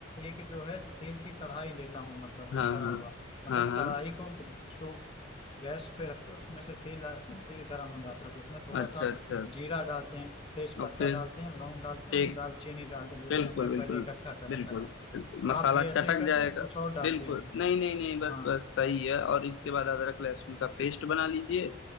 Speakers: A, on the left; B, on the left.
A: एक जो है तेल की कढ़ाई लेता हूँ मतलब
B: हाँ
A: भरा
B: हाँ
A: हुआ मतलब
B: हाँ हाँ
A: कढ़ाई को स्टोव गैस पे रख के उसमें से तेल डालते हैं तेल गर्म हो जाता है तो उसमें थोड़ा
B: अच्छा
A: सा
B: अच्छा
A: जीरा डालते हैं तेज
B: ओके
A: पत्ता डालते हैं लौंग डालते
B: ठीक
A: हैं और दालचीनी डालते हैं जैसे
B: बिल्कुल
A: हमने
B: बिल्कुल
A: पहले इकट्ठा कर
B: बिल्कुल
A: रखा था
B: बिल्कुल मसाला
A: आप भी ऐसा
B: चटक
A: ही करते
B: जाएगा
A: हैं या कुछ और डालते
B: बिल्कुल
A: हैं
B: नहीं नहीं नहीं बस
A: हाँ
B: बस सही है और इसके बाद अदरक लहसुन का पेस्ट बना लीजिए